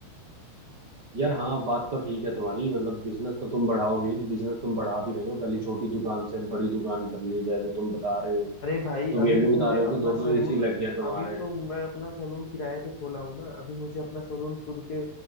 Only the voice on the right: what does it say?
यार हाँ बात तो ठीक है तुम्हारी मतलब बिजनेस तो तुम बढ़ाओगे बिजनेस तुम बढ़ा भी रहे हो पहले छोटी दुकान से बड़ी दुकान कर ली जैसे तुम बता रहे हो
तुम
ये भी
बता रहे हो
कि दो दो
एसी लग गया तुम्हारे